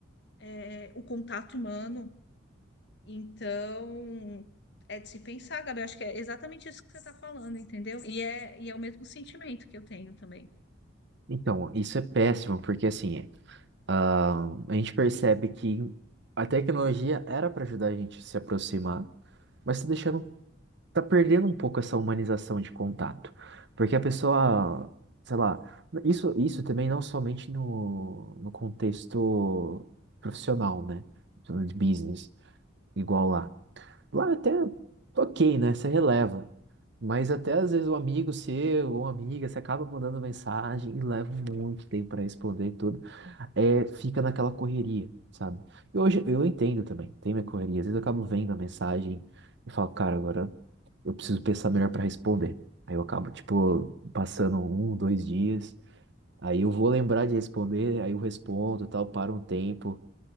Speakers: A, on the left; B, on the right.
A: é, o contato humano. Então, é de se pensar, Gabi, acho que é exatamente isso que você está falando, entendeu? E é, e é o mesmo sentimento que eu tenho também,
B: Então, isso é péssimo, porque assim, Ah, a gente percebe que a tecnologia era para ajudar a gente a se aproximar, mas está deixando, tá perdendo um pouco essa humanização de contato, porque a pessoa, sei lá, isso, isso também não somente no, no contexto profissional, né, de business, igual lá. Lá é até ok, né, você releva, mas até às vezes o amigo seu ou amiga, você acaba mandando mensagem e leva muito tempo para responder e tudo é, fica naquela correria, sabe? E hoje eu entendo também, tem minha correria. Às vezes eu acabo vendo a mensagem e falo, cara, agora eu preciso pensar melhor para responder. Aí eu acabo, tipo, passando um, dois dias, aí eu vou lembrar de responder, aí eu respondo, e tal, para um tempo,